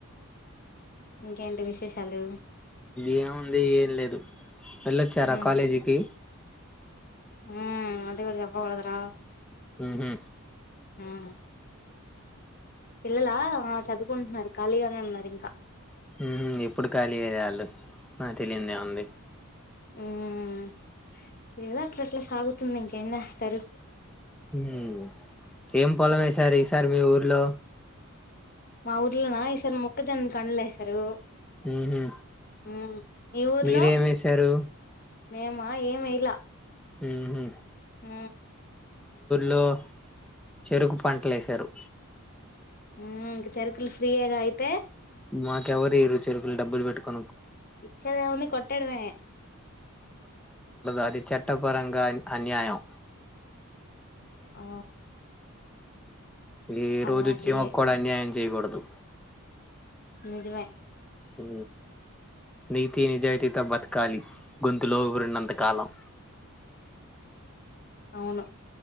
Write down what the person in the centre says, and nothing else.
ఏముంది ఏం లేదు వెళ్ళొచ్చారా?
కాలేజీకి
ఉహు
ఉమ్ ఎప్పుడు ఖాళీయే అల్లు నాకు తెలియందేముంది.
ఉమ్ ఏం పొలమ్ ఎసార్ ఈసారీ మీ ఊర్లో
ఉహు
మీరేమేసారు
ఉహుం
లో చెరుకు పంటలు ఏశారు.
మాకు ఎవరిరు చెరుకులు డబ్బులు పెట్టుకు
అది చట్టపరంగా అన్యాయం
వ
రోజు చీమ కూడా అన్యాయం చేయకూడదు
హ నీతి నిజాయితీతో బతకాలి గొంతులో ఊరిన్నంతకాలం